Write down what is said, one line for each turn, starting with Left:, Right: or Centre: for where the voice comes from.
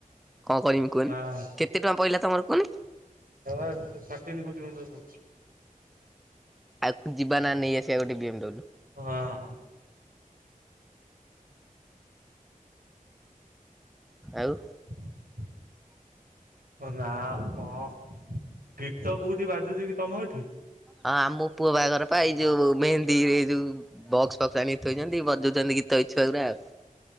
Centre: କଣ କରମି କୁହନି।
Right: ହଁ
Centre: କେତେ ଟଙ୍କା ପଡିଲା ତମର କୁହନି?
Right: ହେ ବା ସାଢେ ତିନି କୋଟି ଖଣ୍ଡେ ପଡିଚି।
Centre: ଆଉ ଯିବା ନା ନେଇଆସିବା ଗୋଟେ ବିଏମ୍ଡବ୍ଲୁ।
Right: ହଁ।
Centre: ଆଉ
Right: <inaudible> ନା ଆଉ କଣ। ଗୀତ କୋଉଠି ବାଜୁଚି କି ତମ ଏଠି?
Centre: ହଁ ଆମ ପୁଅ ବାହାଘର ପାଇଁ ଏଇ ଯୋଉ ମେହେନ୍ଦୀରେ ଯୋଉ ବକ୍ସ ଫକ୍ସ ଆଣିଥୋଇଛନ୍ତି ବଜଉଛନ୍ତି ଗୀତ ଏଇ ଛୁଆଗୁରା ଆଉ।